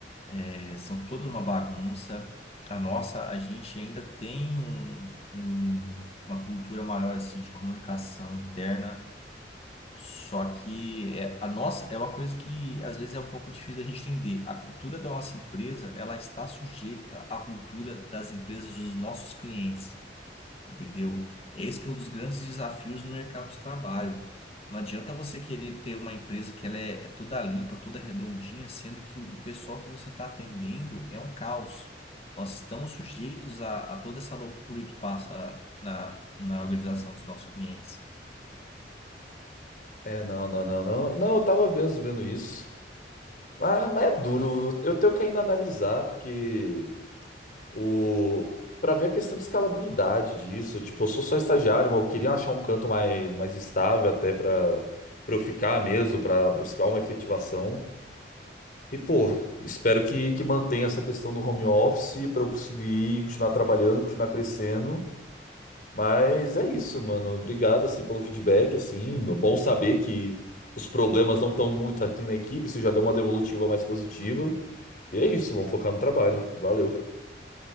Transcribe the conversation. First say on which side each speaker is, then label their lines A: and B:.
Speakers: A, on the left; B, on the left.
A: É, são todos uma bagunça. A nossa, a gente ainda tem um- um- uma cultura maior assim de comunicação interna, só que é, a nossa é uma coisa que às vezes é um pouco difícil a gente entender. A cultura da nossa empresa, ela está sujeita à cultura das empresas dos nossos clientes entendeu? Esse que é um dos grandes desafios no mercado de trabalho. Não adianta você querer ter uma empresa que ela é, é toda limpa, toda redondinha, sendo que o pessoal que você está atendendo é um caos. Nós estamos sujeitos a, a toda essa loucura que passa na, na organização dos nossos clientes.
B: É, não, não, não, não. Não, eu tava mesmo vendo isso. Mas, mas é duro. Eu tenho que ainda analisar, porque o. Pra ver a questão de escalabilidade disso. Tipo, eu sou só estagiário, mas eu queria achar um canto mais, mais estável até pra, pra eu ficar mesmo, pra buscar uma efetivação. E, pô, espero que, que mantenha essa questão do home office pra eu conseguir continuar trabalhando, continuar crescendo. Mas é isso, mano. Obrigado, assim, pelo feedback, assim. Bom saber que os problemas não estão muito aqui na equipe, você já deu uma devolutiva mais positiva. E é isso, vamos focar no trabalho. Valeu.